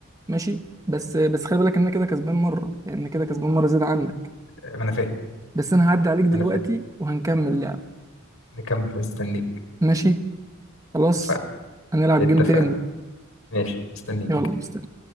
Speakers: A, on the right; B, on the left.
A: ماشي بس بس خلي بالك ان انا كده كسبان مره يعني انا كده كسبان مره زياده عنك
B: ما انا فاهم
A: بس انا هعدي عليك دلوقتي
B: ما انا فاهم
A: وهنكمل لعب
B: نكمل مستنيك
A: ماشي خلاص
B: اتفقنا
A: هنلعب
B: اتفقنا
A: جيم تاني
B: ماشي مستنيك
A: يلا مستني